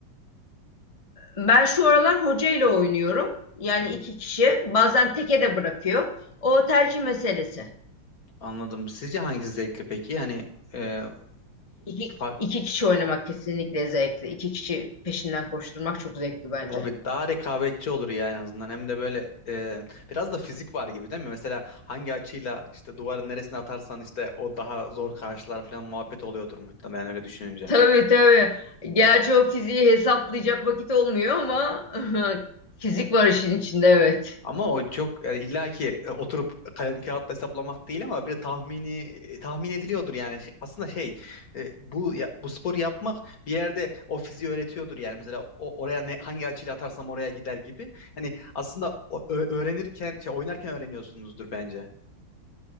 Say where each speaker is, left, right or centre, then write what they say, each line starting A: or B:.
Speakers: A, on the left; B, on the left.
A: Ben şu aralar hocayla oynuyorum. Yani
B: Hı.
A: iki kişi. Bazen teke de bırakıyor. O tercih meselesi.
B: Anladım. Sizce hangisi zevkli peki? Hani e,
A: İki,
B: far-
A: iki kişi oynamak kesinlikle zevkli. İki kişi peşinden koşturmak çok zevkli bence.
B: tabii daha rekabetçi olur ya en azından. Hem de böyle e, biraz da fizik var gibi değil mi? Mesela hangi açıyla işte duvarın neresine atarsan işte o daha zor karşılar falan muhabbet oluyordur muhtemelen öyle düşününce.
A: Tabii tabii. Gerçi o fiziği hesaplayacak vakit olmuyor ama <laughs> fizik var işin içinde evet.
B: Ama o çok yani illa ki e, oturup kalem kağıtla hesaplamak değil ama bir tahmini e, tahmin ediliyordur yani. Şey- Aslında şey e, bu ya- bu sporu yapmak bir yerde o fiziği öğretiyordur yani mesela o, oraya ne hangi açıyla atarsam oraya gider gibi. Hani aslında o- ö- öğrenirken şey oynarken öğreniyorsunuzdur bence.